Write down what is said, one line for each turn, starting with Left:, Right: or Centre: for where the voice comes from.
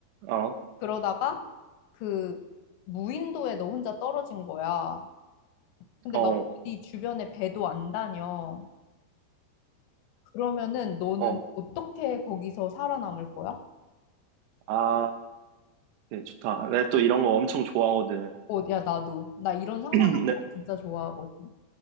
Right: 어,
Left: 그러다가, 그, 무인도에 너 혼자 떨어진 거야. 근데
Right: 어,
Left: 막, 네 주변에 배도 안 다녀. 그러면은 너는
Right: 어.
Left: 어떻게 거기서 살아남을 거야?
Right: 아, 네, 좋다. 내가 또 이런 거 엄청 좋아하거든.
Left: 어, 야, 나도. 나 이런 상상하는
Right: <clears throat>
Left: 거
Right: 내,
Left: 진짜 좋아하거든.